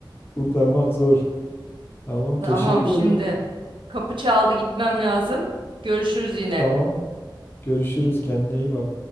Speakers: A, on the left; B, on the right.
A: kurtarmak zor. Tamam teşekkür
B: Tamam şimdi.
A: ederim.
B: Kapı çaldı gitmem lazım. Görüşürüz yine.
A: Tamam görüşürüz kendine iyi bak.